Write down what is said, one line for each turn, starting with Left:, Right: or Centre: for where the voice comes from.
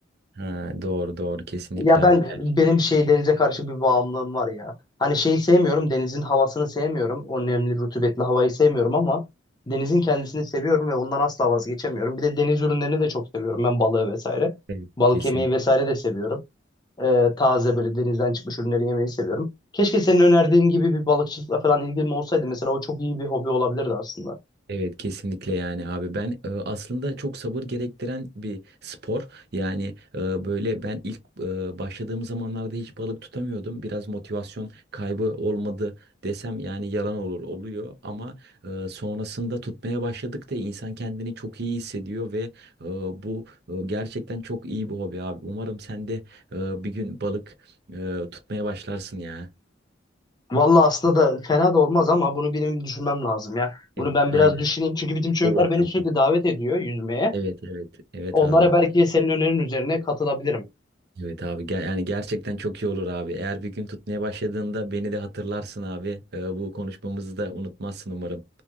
Right: Ha, doğru doğru kesinlikle
Left: Ya ben
Right: abi. Gerçekten.
Left: benim şey denize karşı bir bağımlılığım var ya. Hani şeyi sevmiyorum, denizin havasını sevmiyorum. O nemli, rutubetli havayı sevmiyorum ama denizin kendisini seviyorum ve ondan asla vazgeçemiyorum. Bir de deniz ürünlerini de çok seviyorum. Ben balığı vesaire.
Right: Evet.
Left: Balık
Right: Kesinlikle.
Left: yemeyi vesaire de seviyorum. Ee, taze böyle denizden çıkmış ürünleri yemeyi seviyorum. Keşke senin önerdiğin gibi bir balıkçılıkla falan ilgim olsaydı. Mesela o çok iyi bir hobi olabilirdi aslında.
Right: Evet kesinlikle yani abi ben e, aslında çok sabır gerektiren bir spor yani e, böyle ben ilk e, başladığım zamanlarda hiç balık tutamıyordum biraz motivasyon kaybı olmadı desem yani yalan olur oluyor ama e, sonrasında tutmaya başladıkça insan kendini çok iyi hissediyor ve e, bu e, gerçekten çok iyi bir hobi abi umarım sen de e, bir gün balık e, tutmaya başlarsın ya.
Left: Vallahi aslında da fena da olmaz ama bunu benim düşünmem lazım ya.
Right: Evet
Left: Bunu ben
Right: aynen
Left: biraz düşüneyim. Çünkü bizim çocuklar
Right: olur
Left: beni
Right: tamam
Left: sürekli davet ediyor yüzmeye.
Right: evet evet evet
Left: Onlara
Right: abi.
Left: belki senin önerin üzerine katılabilirim.
Right: Evet abi ger- yani gerçekten çok iyi olur abi. Eğer bir gün tutmaya başladığında beni de hatırlarsın abi. Ee, bu konuşmamızı da unutmazsın umarım.